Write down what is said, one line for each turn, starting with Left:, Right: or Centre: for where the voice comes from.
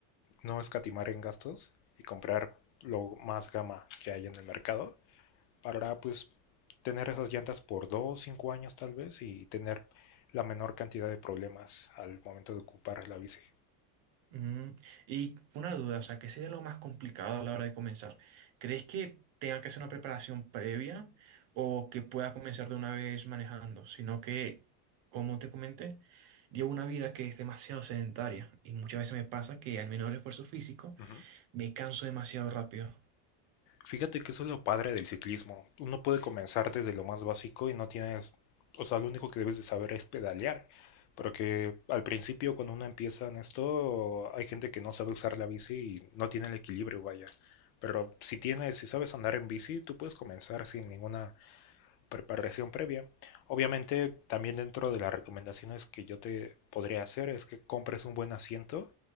Left: no escatimar en gastos y comprar lo más gama que hay en el mercado. para pues tener esas llantas por dos, cinco años tal vez y tener la menor cantidad de problemas al momento de ocupar la bici.
Right: Mm, y una duda, o sea, ¿qué sería lo más complicado a la hora de comenzar? ¿Crees que tenga que hacer una preparación previa o que pueda comenzar de una vez manejando? Sino que, como te comenté, llevo una vida que es demasiado sedentaria y muchas veces me pasa que al menor esfuerzo físico
Left: Ujú.
Right: me canso demasiado rápido.
Left: Fíjate que eso es lo padre del ciclismo. Uno puede comenzar desde lo más básico y no tienes, o sea, lo único que debes de saber es pedalear. Porque al principio cuando uno empieza en esto, hay gente que no sabe usar la bici y no tiene el equilibrio, vaya. Pero si tienes, si sabes andar en bici, tú puedes comenzar sin ninguna preparación previa. Obviamente, también dentro de las recomendaciones que yo te podría hacer es que compres un buen asiento